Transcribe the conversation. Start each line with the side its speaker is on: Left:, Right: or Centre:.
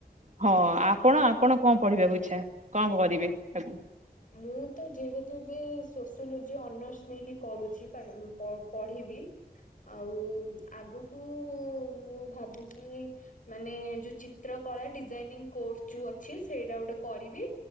Right: ହଁ ଆପଣ
Left: ତଥା
Right: ଆପଣ କଣ ପଢିବାକୁ ଇଚ୍ଛା କଣ କରିବେ ଆଗକୁ?
Left: ମୁଁ ତ ଯେହେତୁ ବି ସୋସିଓଲୋଜି ଅନର୍ସ ନେଇକି କରୁଛି ପା ପ ପଢ଼ିବି। ଆଉ ଆଗକୁ ମୁଁ ଭାବିଚି ମାନେ ଯୋଉ ଚିତ୍ର କଳା ଡିଜାଇନିଂ କୋର୍ସ ଯୋଉ ଅଛି ସେଇଟା ଗୋଟେ କରିବି।